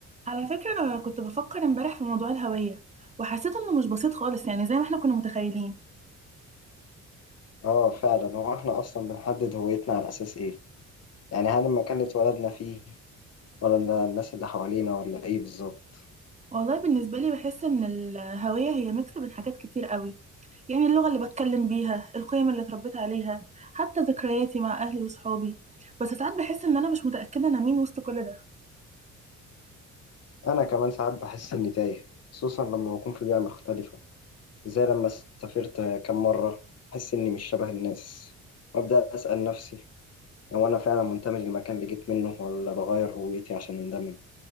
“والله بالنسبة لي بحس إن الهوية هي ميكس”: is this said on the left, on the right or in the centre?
Right